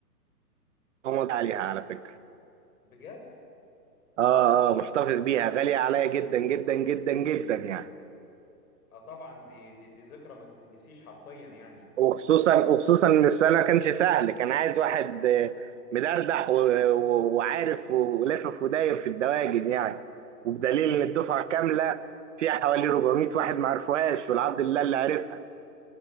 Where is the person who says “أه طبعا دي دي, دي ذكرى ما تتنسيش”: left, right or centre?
Left